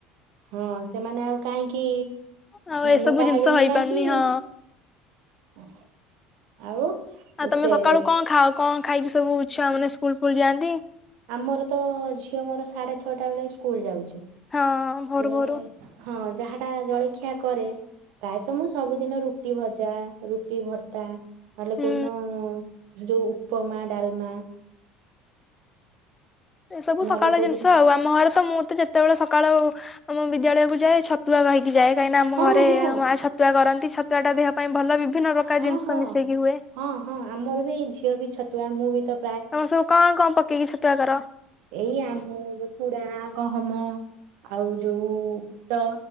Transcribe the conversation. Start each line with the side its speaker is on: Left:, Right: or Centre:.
Right: ହଁ ସେମାନେ ଆଉ କାହିଁକି
Left: ଆଉ ଏସବୁ
Right: ମୋଟା
Left: ଜିନିଷ
Right: ହେବେନି,
Left: ହେଇପାରୁନି
Right: କାହିଁକି?
Left: ହଁ
Right: ଆଉ
Left: ଆଉ ତମେ
Right: ସେ
Left: ସକାଳୁ କଣ ଖାଅ କଣ ଖାଇକି ସବୁ ଛୁଆମାନେ ସ୍କୁଲକୁ ଯାଆନ୍ତି?
Right: ଆମର ତ ଝିଅ ମୋର ସାଢେ ଛଅଟା ବେଳେ ସ୍କୁଲ ଯାଉଛି।
Left: ହଁ ଭୋରୁ
Right: ସିଏ
Left: ଭୋରୁ
Right: ହଁ ଯାହାଟା ଜଳଖିଆ କରେ ପ୍ରାୟତଃ ମୁଁ ସବୁଦିନ ରୁଟି ଭଜା, ରୁଟି ଭର୍ତ୍ତା। ନ ହେଲେ
Left: ହୁଁ
Right: କୋଉ ଦିନ ଯୋଉ ଉପମା ଡାଲମା।
Left: ଏ ସବୁ ସକାଳ
Right: ନହେଲେ କୋଉଦିନ
Left: ଜିନିଷ ଆଉ। ମୋହର ତ ମୁଁ ତ ଯେତେବେଳେ ସକାଳୁ ଆମ ବିଦ୍ୟାଳୟକୁ ଯାଏ, ଛତୁଆ ଖାଇକି ଯାଏ। କାହିଁକିନା ଆମ
Right: ହଁ
Left: ଘରେ
Right: ହଁ
Left: ମାଆ ଛତୁଆ କରନ୍ତି ଛତୁଆ ଟା ଦେହ ପାଇଁ ଭଲ ବିଭିନ୍ନ ପ୍ରକାର
Right: ହଁ
Left: ଜିନିଷ
Right: ହଁ
Left: ମିଶେଇକି ହୁଏ।
Right: ହଁ ହଁ ଆମର ବି ଝିଅ ବି ଛତୁଆ ମୁଁ ବି ତା
Left: ତମର ସବୁ କଣ କଣ ପେଇକି ସତୁଆ କର।
Right: ଏଇ ଆମ ଚୁଡା ଗହମ ଆଉ ଯୋଉ ବୁଟ।